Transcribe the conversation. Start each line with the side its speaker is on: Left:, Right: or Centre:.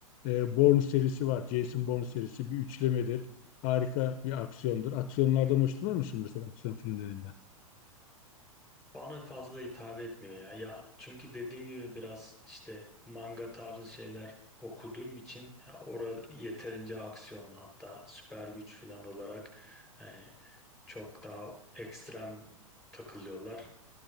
Left: E, Bourne serisi var. Jason Bourne serisi bir üçlemedir harika bir aksiyondur. Aksiyonlardan hoşlanır mısın mesela aksiyon filmlerinden.
Centre: Bana fazla hitap etmiyor ya. Ya çünkü dediğim gibi biraz işte manga tarzı şeyler okuduğum için ya orada yeterince aksiyonlu hatta süper güç falan olarak e, çok daha ekstrem takılıyorlar.